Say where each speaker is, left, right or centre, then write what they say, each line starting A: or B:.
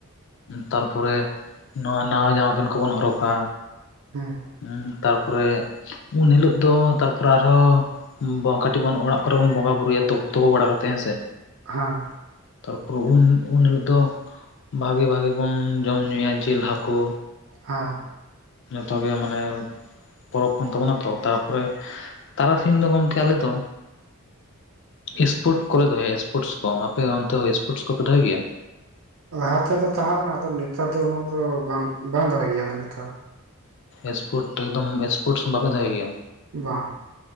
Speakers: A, on the left; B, on the right.
A: ᱛᱟᱨᱯᱚᱨᱮ ᱱᱚᱣᱟ ᱱᱟᱣᱟ ᱡᱟᱢᱟ ᱯᱮᱱᱴ ᱠᱚᱵᱚᱱ ᱦᱚᱨᱚᱜᱟ,
B: ᱦᱮᱸ᱾
A: ᱦᱮᱸ ᱛᱟᱨᱯᱚᱨᱮ ᱩᱱ ᱦᱤᱞᱚᱜ ᱫᱚ ᱛᱟᱨᱯᱚᱨᱮ ᱟᱨᱦᱚ ᱠᱟᱹᱴᱤᱡ ᱵᱚᱱ ᱚᱲᱟᱜ ᱠᱚᱨᱮ ᱵᱚᱱ ᱵᱚᱸᱜᱟ ᱵᱩᱨᱩᱭᱟ ᱛᱩ-ᱛᱩᱯᱩ ᱵᱟᱲᱟ ᱠᱟᱛᱮᱜ ᱦᱮᱸᱥᱮ?
B: ᱦᱮᱸ᱾
A: ᱛᱟᱨᱯᱚᱨᱮ ᱩᱱ-ᱩᱱᱦᱤᱞᱳᱜ ᱫᱚ ᱵᱷᱟᱹᱜᱤ ᱵᱷᱟᱹᱜᱤ ᱵᱩᱱ ᱡᱚᱢ ᱧᱩᱭᱟ ᱡᱤᱞ ᱦᱟᱹᱠᱩ᱾
B: ᱦᱮᱸ᱾
A: ᱛᱚᱜᱮ ᱢᱟᱱᱮ ᱯᱚᱨᱚᱵᱽ ᱠᱟᱱ ᱛᱟᱵᱚᱱᱟ ᱛᱚ ᱛᱟᱨᱯᱚᱨᱮ ᱛᱟᱨᱟᱥᱤᱧ ᱫᱚ ᱜᱚᱢᱠᱮ ᱟᱞᱮ ᱫᱚ ᱮᱥᱯᱳᱨᱴ ᱠᱚᱞᱮ ᱫᱚᱦᱚᱭᱟ ᱮᱥᱯᱳᱨᱴᱥ ᱠᱚ ᱟᱯᱮ ᱚᱱᱛᱮ ᱥᱯᱳᱨᱴ ᱠᱚᱯᱮ ᱫᱚᱦᱚᱭ ᱜᱮᱭᱟ?
B: ᱞᱟᱦᱟ ᱛᱮᱫᱚ ᱛᱟᱦᱮᱸ ᱠᱟᱱᱟ ᱟᱫᱚ ᱱᱮᱛᱟᱨ ᱫᱚ ᱩᱱᱟᱹᱜ ᱫᱚ ᱵᱟᱝ ᱵᱟᱝ ᱫᱚᱦᱚᱭᱟ ᱜᱮᱭᱟ ᱠᱚ ᱱᱮᱛᱟᱨ᱾
A: ᱮᱥᱯᱳᱨᱴ ᱮᱠᱫᱚᱢ ᱮᱥᱯᱳᱨᱴᱥ ᱦᱚᱸ ᱵᱟᱯᱮ ᱫᱚᱦᱚᱭ ᱜᱮᱭᱟ?
B: ᱵᱟᱝ᱾